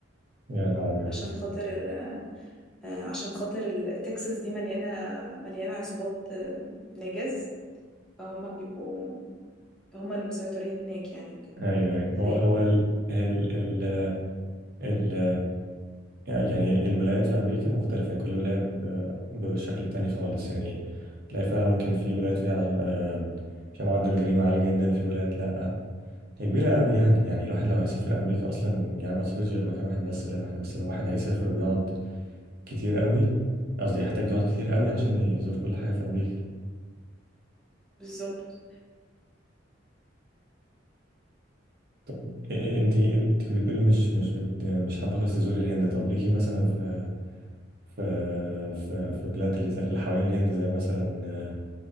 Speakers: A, on the right (about 55°); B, in the centre.
A: يا نهار ابيض
B: عشان خاطر آه، آه، عشان خاطر ال- تكساس دي مليانه مليانه عصابات آه، نجس فهما بيبقوا هما اللي مسيطرين هناك يعني وكده
A: ايوه ايوه
B: فاهم
A: هو هو ال ال ال ال يعني الولايات في امريكا مختلفه يعني كل ولايه ب- بشكل تاني خالص يعني تلاقي فعلا ممكن في ولايات فيها آه، فيها معدل جريمه عالي جدا في ولايات لا هي كبيرة قوي يعني يعني الواحد لو هيسافر أمريكا أصلا يعني ما سافرش غير مكان واحد بس ولا واحدة بس لو واحد هيسافر ويقعد كتير قوي قصدي يحتاج يقعد كتير قوي عشان يزور كل حاجة في أمريكا
B: بالظبط
A: إيه- إيه، أنت أنت كنت بتقولي مش مش بت مش حابة خالص تزوري الهند طب ليكي مثلا في في في في بلاد اللي زي- اللي حوالين الهند زي مثلا آه،